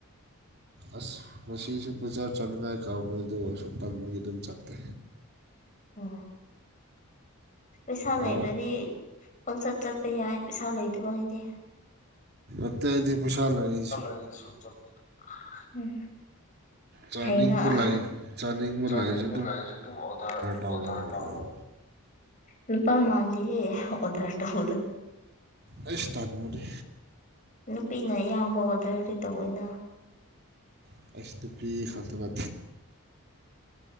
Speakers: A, on the right; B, on the left.
A: ꯑꯁ ꯉꯁꯤꯖꯨ ꯕꯖꯥꯔ ꯆꯠꯅꯤꯉꯥꯢ ꯀꯥꯎꯕꯅꯦ ꯑꯗꯨ ꯑꯣꯏꯔꯁꯨ ꯇꯟꯕꯒꯤ ꯑꯗꯨꯝ ꯆꯠꯇꯦ
B: <unintelligible> ꯄꯩꯁꯥ ꯂꯩꯔꯗꯤ
A: ꯑꯥꯎ
B: ꯄꯪꯆꯠ ꯆꯠꯄ ꯌꯥꯢ ꯄꯩꯁꯥ ꯂꯩꯇꯕꯒꯤꯗꯤ
A: ꯑꯠꯇꯩꯗꯤ ꯄꯨꯨꯁꯥ ꯂꯩ
B: ꯁꯥ ꯂꯩꯔ ꯁꯨ ꯆꯠꯇꯦ ꯎꯝ
A: ꯆꯥꯅꯤꯡꯕ
B: ꯍꯩꯅ ꯍ
A: ꯂꯩ
B: ꯆꯥꯅꯤꯡꯕ
A: ꯂꯩꯔꯁꯨ
B: ꯂꯥꯢꯔꯖꯨ ꯑꯗꯨꯝ ꯑꯣꯗꯔ
A: ꯇꯧꯔꯒ
B: ꯑꯣꯗꯔ ꯇꯧꯔꯣ
A: ꯂꯩ
B: ꯅꯨꯄꯥ ꯃꯥꯟꯗꯤꯍꯦ ꯑꯣꯗꯔ ꯇꯧꯗꯣ
A: ꯑꯩꯁ ꯇꯟꯕꯅꯦ
B: ꯅꯨꯄꯤꯅ ꯑꯌꯥꯝꯕ ꯑꯣꯗꯔꯗꯤ ꯇꯧꯋꯤꯅ
A: <unintelligible> ꯇꯧꯕ